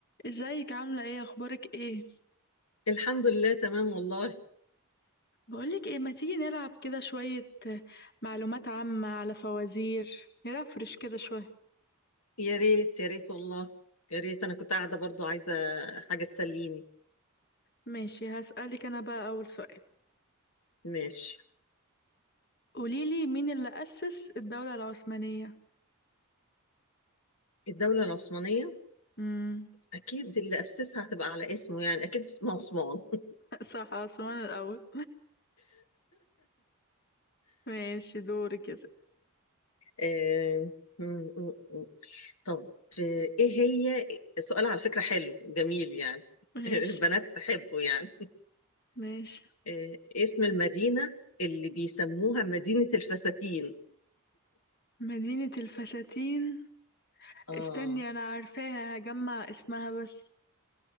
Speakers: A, on the left; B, on the left.
A: ازيك عاملة ايه اخبارك ايه
B: الحمد لله تمام والله
A: بقولك ايه ما تيجي نلعب كده شوية معلومات عامة على فوازير نرفرش كده شوية
B: يا ريت يا ريت والله يا ريت انا كنت قاعده برضو عايزه حاجه تسليني
A: ماشي هسألك انا بقى اول سؤال
B: ماشي
A: قوليلي مين اللي أسس الدولة العثمانية
B: الدوله العثمانيه
A: امم
B: اكيد اللي اسسها هتبقى على اسمه يعني اكيد اسمه عثمان <laughs>
A: <laughs> صح عثمان الاول ماشي دوري كده
B: آه، م- م- م. طب آه، ايه هي سؤال على فكره حلو جميل يعني
A: ماشي
B: <laughs> البنات تحبه يعني
A: ماشي
B: آه، اسم المدينه اللي بيسموها مدينه الفساتين
A: مدينة الفساتين
B: اه
A: استني انا عارفاها هجمع اسمها بس